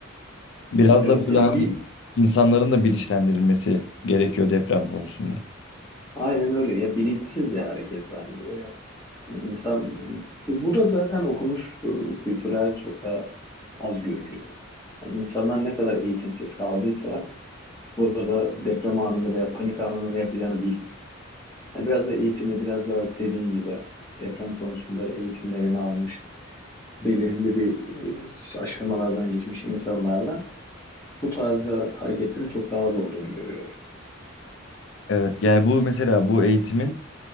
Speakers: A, on the left; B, on the left.
A: Biraz
B: Evet
A: da böyle
B: ya
A: hani
B: bir
A: insanların da bilinçlendirilmesi gerekiyor deprem konusunda.
B: aynen öyle ya bilinçsizce hareket bence. Yani insan bu da zaten okumuş e, kültürlerde çok daha az görülüyor. Hani insanlar ne kadar eğitimsiz kaldıysa burada deprem anında veya panik anında ne yapacağını bilmiyor. Hani biraz da eğitimli biraz da dediğin gibi deprem konusunda eğitimlerini almış belirli bir e, aşamalardan geçmiş insanlarda Bu tarzda hareketlerin çok daha az olduğunu görüyoruz.
A: Evet yani bu mesela bu eğitimin